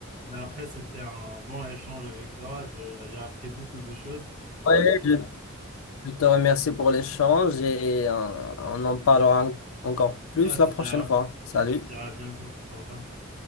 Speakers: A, on the right (about 35°); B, on the left (about 75°).
A: Mais après, c'était un bon échange avec toi. J'ai j'ai appris beaucoup de choses
B: Ouais, je, je te remercie pour l'échange et euh, on en parlera en- encore plus
A: Ah, je
B: la
A: te
B: prochaine
A: dirai,
B: fois. Salut.
A: je te dirai à bientôt. Au revoir.